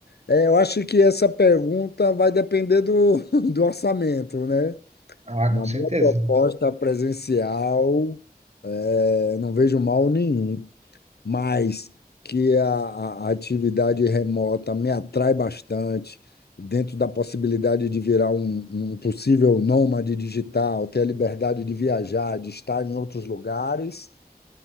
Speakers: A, on the left; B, on the right.
A: É, eu acho que essa pergunta vai depender do, <laughs> do orçamento, né?
B: Ah,
A: Uma
B: com certeza.
A: boa proposta presencial, é, não vejo mal nenhum mas que a, a- a atividade remota me atrai bastante, dentro da possibilidade de virar um, um possível nômade digital, ter a liberdade de viajar, de estar em outros lugares,